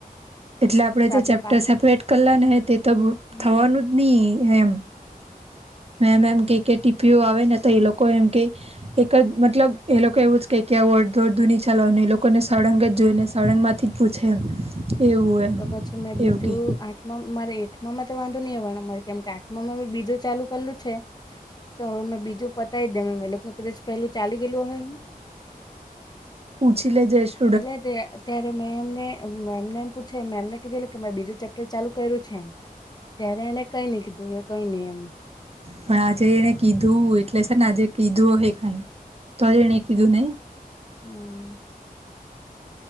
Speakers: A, on the right; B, on the left.
A: એટલે આપણે
B: તો
A: જે
B: આપડે
A: ચેપ્ટર
B: પાઠ
A: સેપરેટ કરલાં ને તે તો
B: હમ
A: થવાનું જ નહીં એમ મેમ એમ ક કે ટીપીઓ આવે ને તો એ લોકો એમ કે એક જ મતલબ એ લોકો એવું જ કે કે આવું અર્ધું-અર્ધુ ની ચલાવનું એ લોકોને સળંગ જ જોઈ ને સળંગમાં થી પૂછે એમ એવું એમ
B: તો પછી મેં બીજું
A: એવું કે
B: આ મારે એઠમાંમાં તો વાંધો નહીં આવરે કેમ કે આઠમામાં બીજું ચાલુ કરેલું છે. તો હવે મેં બીજું પતાવી દે મે લોકોનું કદચ પહેલું ચાલી ગયલું અહૅ હું
A: પૂછ લ જે
B: એટલે તે ત્યારે મેં એમને મેને એમ પૂછે મેમને કીધે કે મે બીજું ચેપ્ટર ચાલુ કર્યું છે એમ ત્યારે એને કઈ નઈ કીધું કે કઈ નઈ એમ
A: પણ આજે એને કીધું એટલે છે ને આજે કીધું હે કઈ તોજ એને કીધું ને
B: હમ